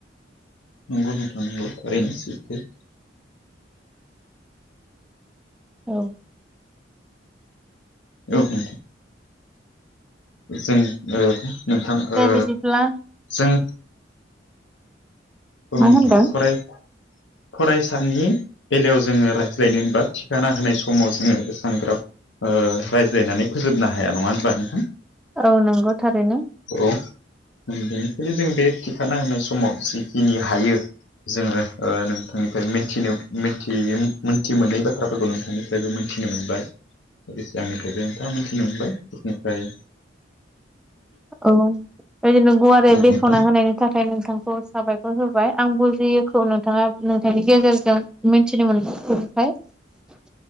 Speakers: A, on the left; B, in the centre.
A: नंगौ नोंथा नांगौ थारैनो सैथो
B: औ
A: औ नोंथां जों ओ नोंथां ओ
B: दे बिदिब्ला
A: जों औ नोंथां
B: मा होनदों
A: फराय फरायसानि बेलायाव जोङो रायज्लायनो होनबा थिखाना होनाय समाव जोङो एसांग्राब ओ रायज्लायनानै फोजोबनो हाया नङा होनब्ला नोंथां
B: औ नंगौ थारैनो
A: औ जों बेनिखायनो जों बे थिखाना होनाय समाव जिखिनि हायो जोङो ओ नोंथांनिफ्राय मिथिनो मिथियै मोनथि मोनै बाथ्राफोरखौ नोंथांनि फ्रायबो मोनथिनो मोनबाय। लोगोसे आंनिफ्रायबो नोंथाङा मोनथिनो मोनबाय बिनिफ्राय
B: औ इदिनो गुवारै
A: औ
B: बेखवना
A: नोंथां
B: होनाय थाखाय नोंथांखौ साबायखर होबाय आं बुजियैखौ नोंथाङा नोंथांनि गेजेरजों मिथिनो मोनबोबाय <unintelligible>